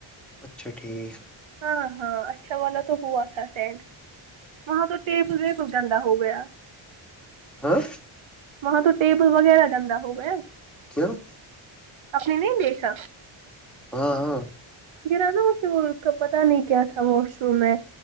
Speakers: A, in the centre; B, on the right (about 70°).
A: اچھا ٹھیک
B: ہاں ہاں اچھا والا تو ہوا تھا سینڈ وہاں تو ٹیپ ویب گ ہو گیا
A: ہاں
B: وہاں تو ٹیبل وغیرہ گندا ہو گیا
A: کیوں
B: اپ نے نہیں دیکھا
A: ہاں ہاں
B: گرا نا اسے اس کا پتاہ نہیں کیا تھا واش روم میں